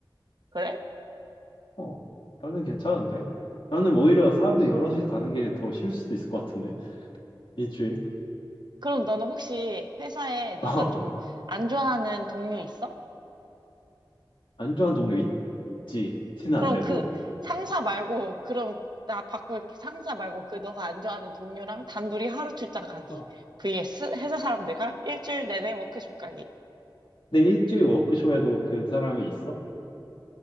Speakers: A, on the right (about 55°); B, on the left (about 80°).
A: 그래?
B: 어, 나는 괜찮은데? 나는 오히려 사람들 여럿이 가는 게 더 싫을 수도 있을 것 같은데? 일주일?
A: 그럼 너는 혹시 회사에 너가
B: <laughs> 어,
A: 좀 안 좋아하는 동료 있어?
B: 안 좋아하는 동료 있지. 티는
A: 그럼
B: 안 내도.
A: 그 상사 말고 그럼 나 바꿀게. 상사 말고 그 너가 안 좋아하는 동료랑 단둘이 하루 출장 가기.
B: 어,
A: vs 회사 사람들과 일주일 내내 워크숍 가기.
B: 근데 일주일 워크숍에도 그 사람이 있어?